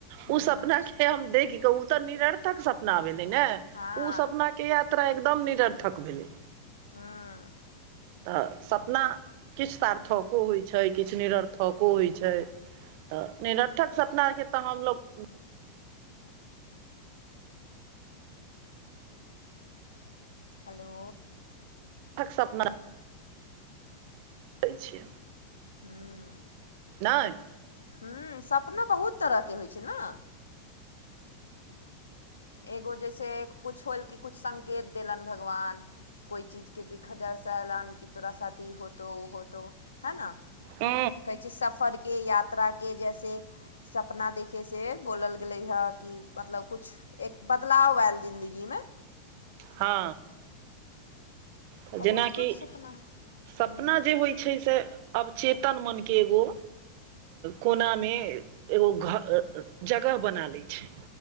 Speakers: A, on the left; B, on the right.
A: हूँ
B: उ सपना के हम देख के ओ तऽ निरर्थक सपना भेलै ने
A: हँ
B: ओ सपना के यात्रा एकदम निरर्थक भेलै
A: <unintelligible>
B: तऽ सपना किछ सार्थको होइ छै किछु निरर्थको होइ छै तऽ निरर्थक सपनाके तऽ हम लोग
A: हेलो
B: सपना एते छी
A: हूँ
B: नहि
A: हूँ सपनो बहुत तरहके होइ छै न एगो जैसे किछ होल कि किछ संकेत देलनि भगवान कोइ चीज के दिक्कत अरसा एलान क तोरा साथ ई होतो उ होतो है नऽ
B: हु
A: कहै छै सफरके यात्राके जैसे सपना देखैसँ बोलल गेलै हँ कि मतलब किछु एक बदलाव आयल जिन्दगीमे
B: हॅ तऽ
A: बहुत
B: जेनाकि
A: कुछ सपना हूँ
B: सपना जे होइ छै से अब चेतन मनके एगो कोनामे एगो घर जगह बना लै छै